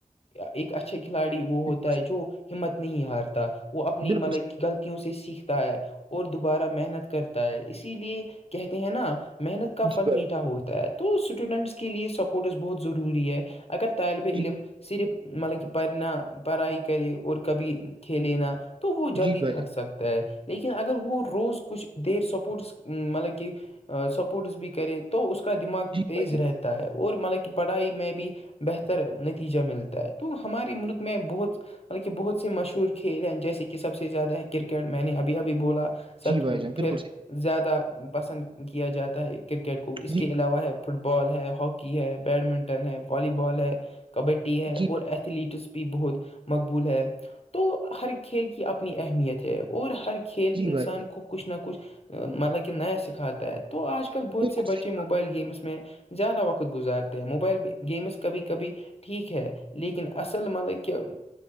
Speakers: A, on the left; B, on the right.
A: ایک اچھا کھلاڑی وہ ہوتا
B: بالکل
A: ہے جو ہمت نہیں ہارتا وہ اپنی
B: صحیح بالکل
A: مطلب
B: صحیح
A: غلطیوں سے سیکھتا ہے اور دوبارہ محنت کرتا ہے اسی لیے کہتے ہیں نا محنت کا پھل
B: جی بھائی
A: میٹھا
B: جان
A: ہوتا ہے تو اسٹوڈینٹس کے لیے سپورٹز بہت ضروری ہے اگر طالب علم
B: جی
A: صرف مطلب کہ پڑھنا پڑھائی کرے اور کبھی کھیلے نہا تو وہ جلدی
B: جی بھائی
A: تھک
B: جان
A: سکتا ہے لیکن اگر وہ وہ روز کچھ دیر سپورٹس مطلب کہہ سپورٹس بھی کرے تو اس کا دماغ
B: جی
A: تیز
B: بھائی جان
A: رہتا ہے اور مطلب کہ پڑھائی میں بھی بہتر نتیجہ ملتا ہے تو ہمارے ملک میں بہت بالکہ بہت سے مشہور کھیل ہیں جیسے کہ سب زیادہ ہے کرکٹ میں نے ابھی ابھی بولا سب
B: جی بھائی جان
A: پھر
B: بالکل صحیح
A: زیادہ پسند کیا جاتا ہے کرکٹ کو اس
B: جی
A: کے علاوہ ہے فٹ ف بال ہے ہاکی ہے بیڈمنٹن ہے والی بال ہے کبڈی ہے
B: جی
A: اور ایتھلیٹس بھی بہت مقبول ہے تو ہر کھیل کی اپنی اہمیت ہے اور ہر کھیل انسان
B: جی بھائی جان
A: کو کچھ نہ کچھ مطلب کہ نیا سکھاتا ہے تو آج کل بہت
B: بالکل
A: سے بچے
B: صحیح
A: م موبائل گیمس میں زیادہ وقت گزارتے ہیں موبائل گیمس کبھی کبھی ٹھیک ہے لیکن اصل مطلب کہ